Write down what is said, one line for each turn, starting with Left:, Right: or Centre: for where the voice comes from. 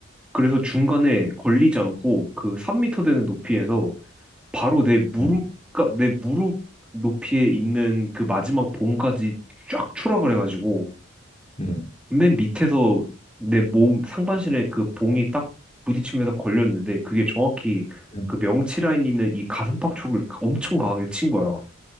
Centre: 그래서 중간에 걸리지 않고 그 3미터 되는 높이에서 바로 내 무릎,
Left: 음,
Centre: 그러니까 내 무릎 높이에 있는 그 마지막 봉까지 쫙 추락을 해가지고.
Left: 음,
Centre: 맨 밑에서 내 몸 상반신에 그 봉이 딱 부딪히면서 걸렸는데 그게 정확히
Left: 음,
Centre: 그 명치 라인 있는 이 가슴팍 쪽을 엄청 강하게 친 거야.